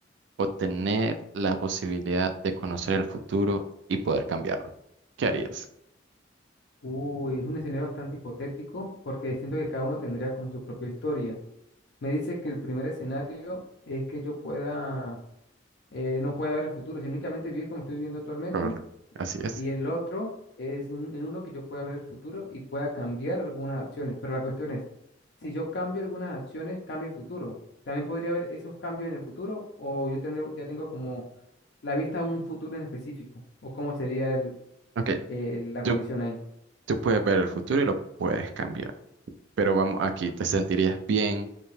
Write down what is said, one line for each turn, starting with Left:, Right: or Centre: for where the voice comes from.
Right: o tener la posibilidad de conocer el futuro y poder cambiarlo. ¿Qué harías?
Left: Uy, es un escenario bastante hipotético porque siento que cada uno tendría como su propia historia. Me dice que el primer escenario es que yo pueda, eh, no pueda ver el futuro, sino únicamente vivir como estoy viviendo actualmente.
Right: Correcto. Así es.
Left: Y el otro es un- en uno que yo pueda ver el futuro y pueda cambiar algunas acciones. Pero la cuestión es, si yo cambio algunas acciones, cambia el futuro. ¿También podría haber esos cambios en el futuro o yo tendré, ya tengo como la vista a un futuro en específico? ¿O cómo sería
Right: Ok,
Left: eh, la
Right: tú,
Left: condición ahí.
Right: tú puedes ver el futuro y lo puedes cambiar. Pero vamos aquí, ¿te sentirías bien